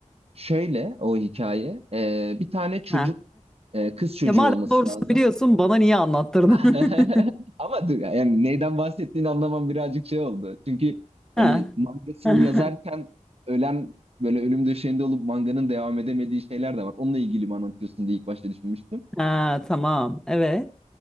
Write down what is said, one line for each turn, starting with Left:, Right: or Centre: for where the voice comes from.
Right: şöyle o hikaye. Ee, bir tane çocuk
Centre: Ha.
Right: Ee, kız çocuğu
Centre: Ya madem
Right: olması
Centre: doğrusunu
Right: lazım.
Centre: biliyorsun bana niye anlattırdın?
Right: <laughs>
Centre: <laughs>
Right: Ama dur, yani neyden bahsettiğini anlamam birazcık şey oldu. Çünkü hani
Centre: Ha.
Right: mangasını
Centre: <laughs>
Right: yazarken ölen böyle ölüm döşeğinde olup manganın devam edemediği şeyler de var. Onunla ilgili mi anlatıyorsun diye ilk başta düşünmüştüm.
Centre: Ha, tamam. Evet.